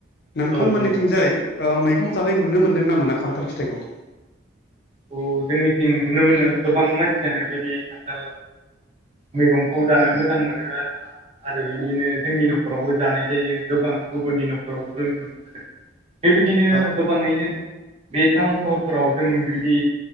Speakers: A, on the left; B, on the right.
A: नोंथांमोननिथिंजाय
B: औ नंगौ
A: ओ मैगं जानाय नुनो मोन्दोंना मोना खान्थाल फिथाइखौ
B: औ जोंनिथिं नुनो मोनो गोबां मानसियानो बिदि खान्थाल मैगंखौ जानो मोजां मोनो आरोना। आरो बिदिनो जोंनि नखरावबो जानाय जायो गोबां गुबुननि नखरावबो जों मोनो
A: <inaudible>
B: बेबायदिनो
A: औ
B: गोबाङैनो बे टाउन सहरफोराव जों बि दि